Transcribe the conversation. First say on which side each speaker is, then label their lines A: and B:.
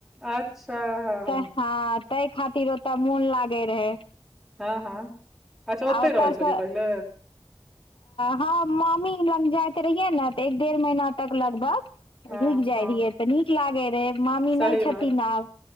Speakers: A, in the centre; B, on the left.
A: अच्छा हँ
B: तऽ
A: ह
B: हँ ताहि खातिर ओतऽ मोन लागे रहए
A: हँ हँ अच्छा ओतहि
B: आ ओतयसँ
A: रहै छली पहिले
B: हँ मामी लग जाइत रहियै ने तऽ एक डेढ़ महीना तक लगभग
A: हँ
B: रुकि जाइ
A: हँ
B: रहियै तऽ नीक लागै रहै मामी
A: सही
B: नहि
A: बात
B: छथिन आब